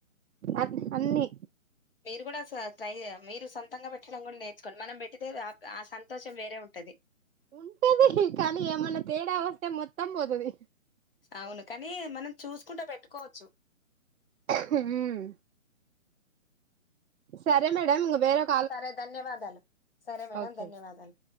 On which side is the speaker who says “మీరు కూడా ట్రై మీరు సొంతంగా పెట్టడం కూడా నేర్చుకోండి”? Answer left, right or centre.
Left